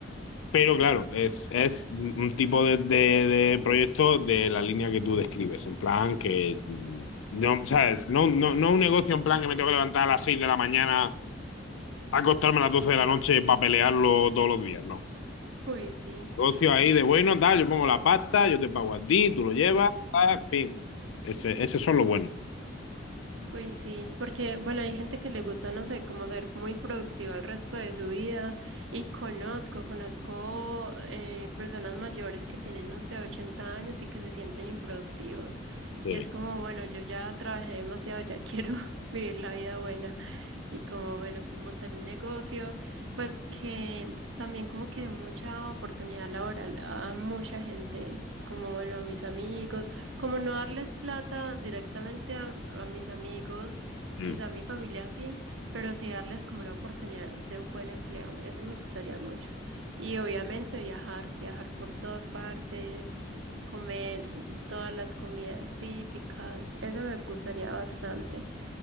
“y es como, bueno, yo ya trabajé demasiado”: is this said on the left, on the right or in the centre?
Right